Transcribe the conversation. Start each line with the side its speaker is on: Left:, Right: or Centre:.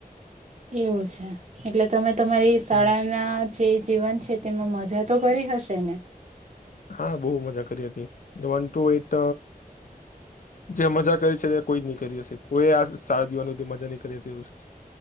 Right: એવું છે એટલે તમે તમારી શાળાના
Left: હમ
Right: જે જીવન છે તેમાં મ જા તો કરી હશે ને?
Left: હા બહુ મજા કરી હતી વન ટુ એટ જે મજા કરી છે તે કોઈ જ નહીં કરી હશે કોઈએ આ શાળા જીવનની મજા નહીં કરી હતી.